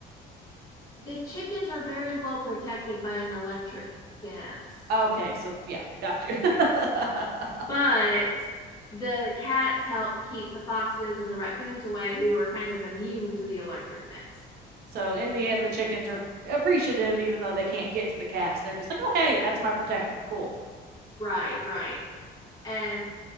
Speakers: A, on the left; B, on the right.
A: The chickens are very well protected by an electric fence.
B: Okay. So, yeah, got you. <laughs>
A: But the cats help keep the foxes and the raccoons away, who are kind of immune to the electric fence.
B: so, in the end, the chickens are appreciative even though they can't get to the cats. They're just like, oh, hey, that's my protector. Cool.
A: Right, right. And